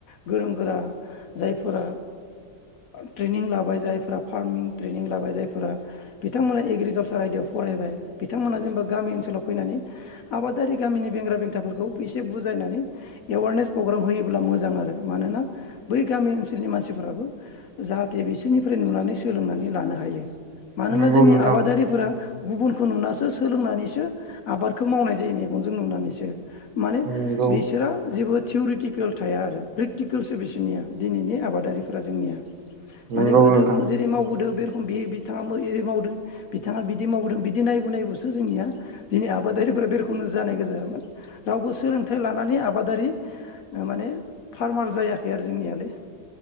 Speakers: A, on the left; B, on the right.
A: गोरों गोरा जायफोरा ट्रेनिं लाबाय जायफोरा फार्मिं ट्रेनिं लाबाय जायफोरा बिथांमोना एग्रिकालसार आयदायाव फरायबाय बिथांमोना जेनेबा गामि ओनसोलाव फैनानै आबादारि गामिनि बेंग्रा बेंथाफोरखौ एसे बुजायनानै एवारनेस प्रग्राम होयोब्ला मोजां मोजां आरो मानोना बै गामि ओनसोलनि मानसिफोराबो जाहाथे बिसोरनिफ्राय नुनानै सोलोंनानै लानो हायो। मानोना
B: नंगौ
A: जोंनि
B: नोंथां
A: आबादारिफोरा गुबुनखौ नुनासो सोलोंनानैसो आबादखौ मावनाय जायो मेगनजों नुनानैसो। माने
B: नंगौ
A: बिसोरा जेबो थिउरिटिकेल थाया आरो प्रेकटिकेलसो बेसनिया दिनैनि आबादारिफोरा जोंनिया। माने
B: नंगौ
A: गोदो
B: नोंथां
A: जेरै मावबोदों बे बे बिथाङा एरै मावदों बिथाङा बिदि मावदों बिदि नायबो नायबोसो जोंनिया दिनै आबादारिफोरा बे रोखोमनो जानाय गोजामोन रावबो सोलोंथाइ लानानै आबादारि माने फार्मार जायाखै आरो जोंनियालाय।